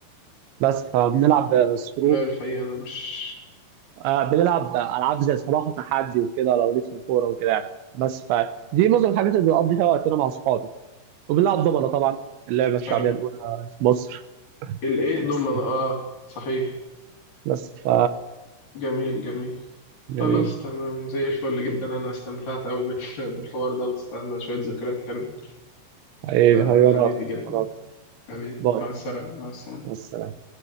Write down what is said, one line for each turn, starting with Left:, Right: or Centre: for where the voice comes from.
Right: بس فبنلعب سكرو
Left: لا الحقيقة أنا مش
Right: آه بنلعب ألعاب زي صباح وتحدي وكده لو ليك في الكورة وكده يعني بس فدي معظم الحاجات اللي بنقضي فيها وقتنا مع أصحابي وبنلعب دوبلة طبعا اللعبة الشعبية
Left: حلو
Right: الأولى في مصر
Left: الايه
Right: بس
Left: ضمن اه صحيح
Right: بس ف
Left: جميل جميل
Right: جميل
Left: خلاص تمام زي الفل جدا انا استمتعت قوي بال- بالحوار ده واستنى شوية ذكريات حلوة
Right: حبيبي
Left: فحبيبي
Right: حبيبي أنا أكتر
Left: جدا
Right: أنا أكتر
Left: حبيبي
Right: باي
Left: مع السلامة مع السلامة
Right: مع السلامة